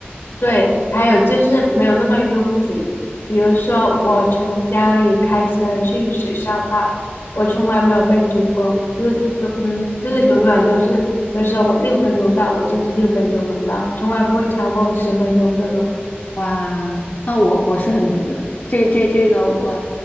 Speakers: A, on the left (about 80°); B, on the left (about 50°).
A: 对，还有就是没有那么拥挤。比如说，我从家里开车去学校的话，我从来没有被堵过，就是永就是永远都是，
B: 嗯嗯，
A: 比如说我六分钟到，我就是六分钟能到，从来不会超过十分钟这种。
B: 哇，那我我是很毒的，这这这个我，